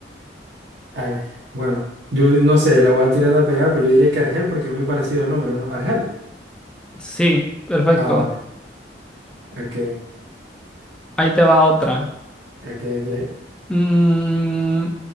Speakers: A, on the right (about 80°); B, in the centre.
A: Argel. Bueno, yo no sé, la voy a tirar a pegar, pero yo diría que Argel porque es muy parecido al nombre, ¿no? Argel.
B: Sí, perfecto.
A: Ah, vale. Ok,
B: Ahí te va otra.
A: ok, ok.
B: Mmm,